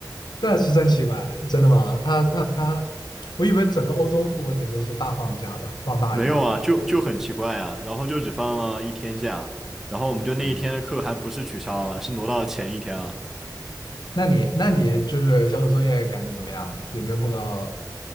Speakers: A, on the left; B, in the centre.
A: 那是真奇怪，真的吗？他他他，我以为整个欧洲复活节都是大放假的，放大假的。
B: 没有啊，就就很奇怪啊，然后就只放了一天假，然后我们就那一天的课还不是取消了，
A: 对，
B: 是挪到前一天了。
A: 那你那你就是小组作业感觉怎么样啊？有没有碰到